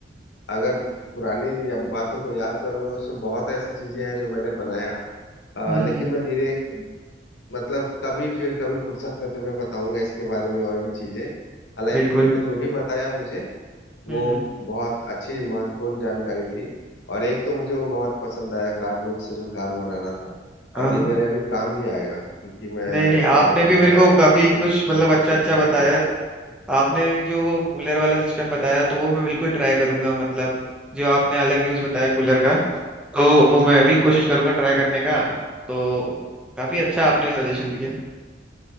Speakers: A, on the left (about 85°); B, in the centre.
A: अगर पुरानी या- बातों को याद करूंगा तो उसमें बहुत ऐसी चीजें हैं जो मैंने बनाया अ,
B: हम्म
A: लेकिन
B: हम्म
A: मैं धीरे मतलब कभी फिर कभी फुर्सत में तुम्हें बताऊंगा इसके बारे में और भी चीजें हालांकि
B: बिल्कुल
A: तुमने जो भी बताया मुझे वो
B: हम्म हम्म
A: बहुत अच्छी महत्वपूर्ण जानकारी थी और एक तो मुझे वो बहुत पसंद आया कार्डबोर्ड से जो कार बनाना था
B: हाँ
A: और ये मेरे अभी काम भी आएगा क्योंकि मैं
B: नहीं नहीं
A: अपने
B: आपने भी
A: भैया
B: मेरे को काफी कुछ
A: के हाँ
B: मतलब
A: बच्चों
B: अच्छा अच्छा
A: को बताऊंगा
B: बताया
A: ये
B: आपने जो वो कूलर वाला सिस्टम बताया तो वो मैं बिल्कुल ट्राई करूंगा मतलब जो आपने अलग यूज बताया कूलर का तो वो मैं भी कोशिश करूंगा ट्राई करने का तो काफी अच्छा आपने सजेशन दिया